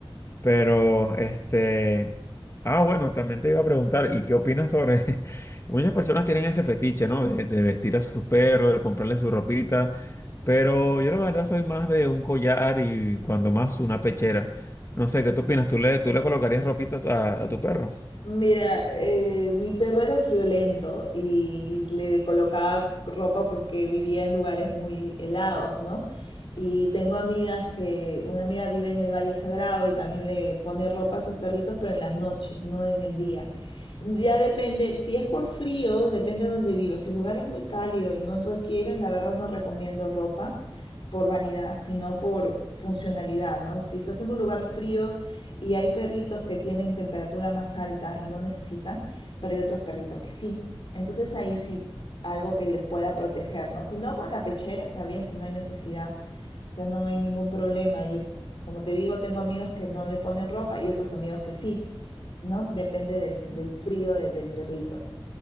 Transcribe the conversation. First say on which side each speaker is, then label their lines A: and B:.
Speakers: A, on the left (about 30°); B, on the left (about 65°).
A: Pero, este, ah, bueno, también te iba a preguntar, ¿y qué opinas sobre? <laughs> Muchas personas tienen ese fetiche, ¿no? De, de vestir a sus perros, de comprarle su ropita, pero yo la verdad soy más de un collar y cuando más una pechera. No sé, ¿qué tú opinas? ¿Tú le, tú le colocarías ropita a, tu a tu perro?
B: Mira, eh, mi perro era friolento y le de- colocaba ropa porque vivía en lugares muy helados, ¿no? Y tengo amigas que, una amiga vive en el Valle Sagrado y también le pone ropa a sus perritos, pero en las noches, no en el día. Ya depende, si es por frío, depende de donde vivo. Si el lugar es muy cálido y no requieren, la verdad no recomiendo ropa por vanidad, sino por funcionalidad, ¿no? Si estás en un lugar frío y hay perritos que tienen temperatura más alta y no necesitan, pero hay otros perritos que sí. Entonces ahí sí algo que les pueda proteger, ¿no? Si no con la pechera está bien, si no hay necesidad, o sea, no hay ningún problema. Yo, como te digo, tengo amigos que no le ponen ropa y otros amigos que sí, ¿no? Depende del, del frío de- del perrito.